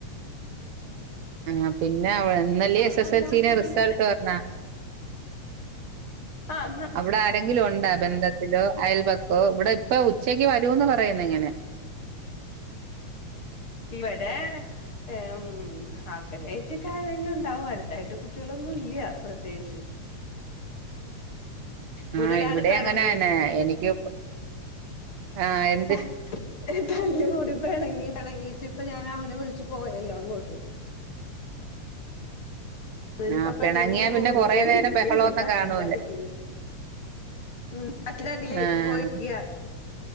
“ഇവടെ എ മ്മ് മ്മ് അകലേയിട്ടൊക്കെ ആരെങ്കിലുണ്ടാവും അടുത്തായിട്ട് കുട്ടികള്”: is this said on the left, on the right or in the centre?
Left